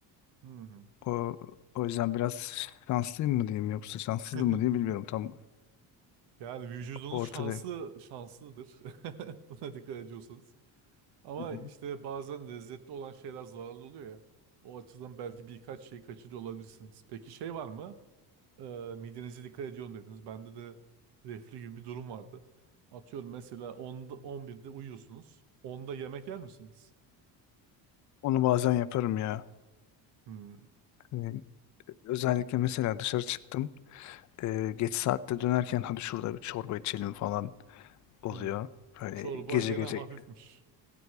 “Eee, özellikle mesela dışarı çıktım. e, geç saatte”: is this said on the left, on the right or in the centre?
Left